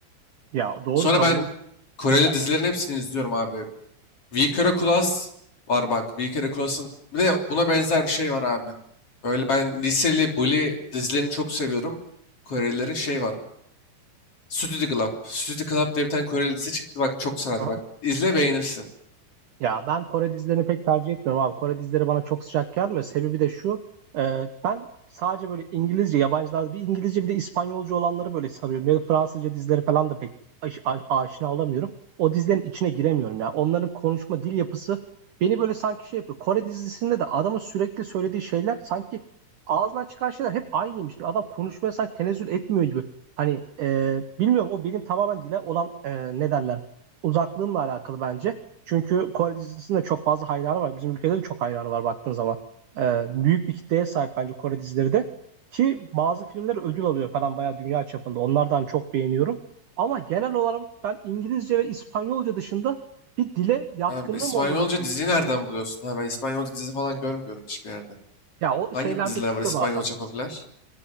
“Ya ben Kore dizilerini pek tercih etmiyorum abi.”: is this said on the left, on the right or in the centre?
Right